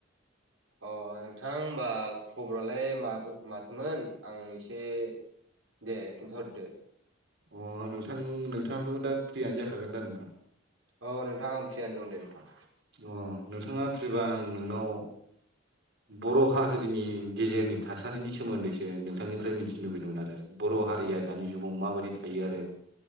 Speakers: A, on the right (about 85°); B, on the right (about 60°).
A: अ नोंथां होनबा खबरालाय म माथोमोन आं एसे दे खिथु हरद
B: अ नोंथां नोंथाङाथ' दा फ्रियानो जाखागोन दा नोंथां?
A: औ नोंथांा आं फियानो दं दे नोंथां।
B: अ नोंथाङा फ्रिबा आं नोंनाव बर' हाजारिनि गेजेरनि थासारिनि सोमोन्दैसो नोंथांनिफ्राय मिथिनो लुुबैदोंमोन आरो। बर' हारिया दानि जुगाव माबायदि थायो आरो।